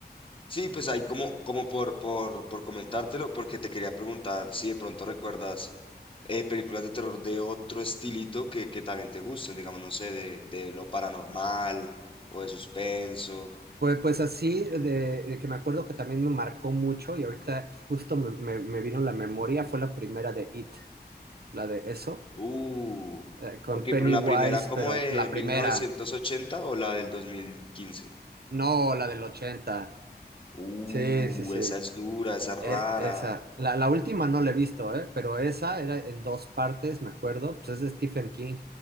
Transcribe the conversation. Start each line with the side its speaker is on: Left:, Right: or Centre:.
Left: Sí, pues ahí como, como por, por, por comentártelo, porque te quería preguntar si de pronto recuerdas eh, películas de terror de otro estilito que, que también te gusten, digamos, no sé, de, de lo paranormal o de suspenso.
Right: Pues, pues así, de, de que me acuerdo que también me marcó mucho y ahorita justo me, me, me vino la memoria, fue la primera de It, la de eso,
Left: Uh,
Right: eh, con
Left: ok,
Right: Pennywise,
Left: pero la primera, ¿como
Right: pero
Left: de
Right: la
Left: mil
Right: primera,
Left: novecientos ochenta o la del dos mil quince
Right: no la del ochenta
Left: Uh,
Right: Sí, sí, sí.
Left: esa es dura, esa es rara.
Right: Eh, esa, la, la última no la he visto, ¿eh? pero esa era en dos partes, me acuerdo. Pues es de Stephen King,